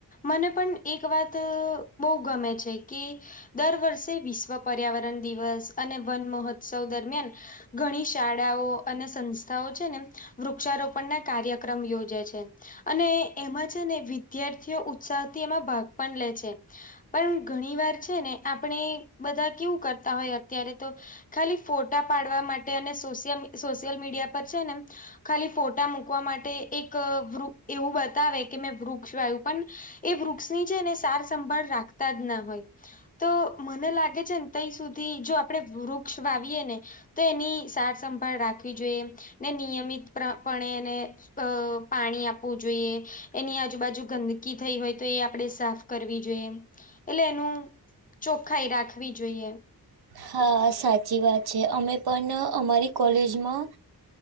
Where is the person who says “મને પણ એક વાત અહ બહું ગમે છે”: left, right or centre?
Left